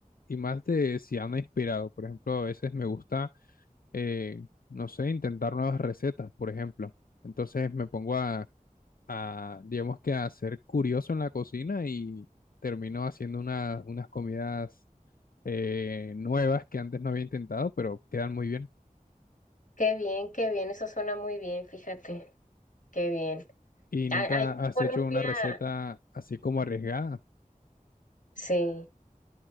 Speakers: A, on the left (about 85°); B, on the left (about 60°).
A: y más de si ando inspirado. Por ejemplo, a veces me gusta, eh, no sé, intentar nuevas recetas, por ejemplo. Entonces me pongo a, a, digamos que a ser curioso en la cocina y termino haciendo una- unas comidas eh, nuevas que antes no había intentado, pero quedan muy bien.
B: Qué bien, qué bien, eso suena muy bien, fíjate, qué bien.
A: Y nunca
B: A- Allá en
A: has
B: Colombia,
A: hecho una receta así como arriesgada.
B: sí.